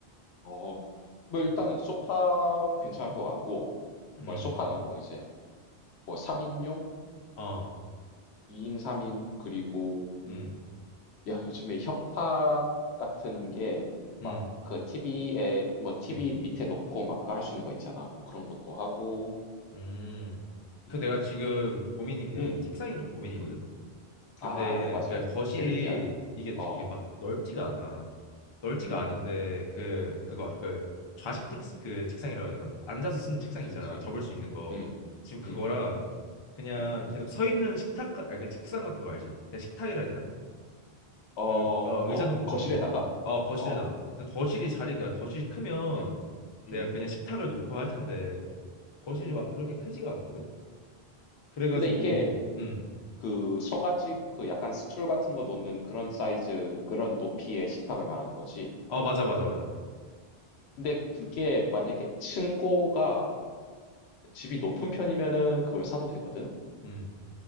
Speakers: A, on the left; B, on the left.
A: 어. 뭐 일단은 소파도 괜찮을 것 같고.
B: 음.
A: 뭐 소파는 뭐 이제 뭐 3인용,
B: 어.
A: 2인, 3인 그리고
B: 음.
A: 야, 요즘에 협탁 같은 게 막
B: 음.
A: 그 TV에 뭐 티비
B: 음.
A: 밑에 놓고 막 그 할수 있는 거 있잖아. 뭐 그런 것도 하고.
B: 음. 그
A: 음.
B: 내가 지금 고민인 게
A: 음.
B: 책상이 좀 고민이거든.
A: 음.
B: 근데
A: 아, 맞아요.
B: 그러니까 거실이
A: 게르기아.
B: 이게
A: 어.
B: 되게 막 넓지가 않아. 넓지가
A: 음.
B: 않은데 그
A: 음.
B: 그거 알아? 그 좌식 텍스 그 책상이라고 해야 되나? 앉아서 쓰는 책상
A: 그치,
B: 있잖아.
A: 그치.
B: 접을 수 있는 거.
A: 음.
B: 지금 그거랑
A: 음.
B: 그냥
A: 음.
B: 계속 서 있는 식탁 같- 아니 그 책상 같은 거 알지? 그냥 식탁이라 해야 되나?
A: 어
B: 그 어, 의자
A: 어.
B: 놓고 먹는
A: 거실에다가?
B: 거. 어 거실에다가.
A: 어.
B: 근데 거실이 자리가 거실이 크면
A: 음.
B: 내가
A: 음.
B: 그냥 식탁을 놓고 할 텐데 거실이
A: 음.
B: 막 그렇게 크지가 않거든. 그래가지고
A: 근데 이게
B: 음.
A: 그 서 가지 그 약간 스툴 같은 거 놓는 그런 사이즈 그런 높이의 식탁을 말하는 거지.
B: 어 맞아 맞아 맞아.
A: 근데 그게 만약에 층고가 그 집이 높은 편이면은 그걸 사도 되거든.
B: 음.